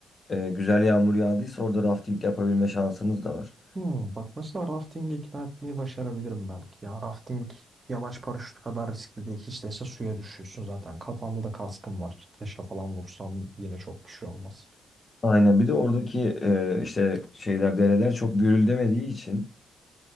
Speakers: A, on the left; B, on the right.
A: e, güzel yağmur yağdıysa orada rafting yapabilme şansınız da var.
B: Hmm, bak mesela rafting'i ikna etmeyi başarabilirim belki ya. Rafting yamaç paraşütü kadar riskli değil. Hiç değilse suya düşüyorsun zaten. Kafanda da kaskın var. Taşa falan vursam yine çok bir şey olmaz.
A: Aynen. Bir de oradaki e, işte şeyler dereler çok gürüldemediği için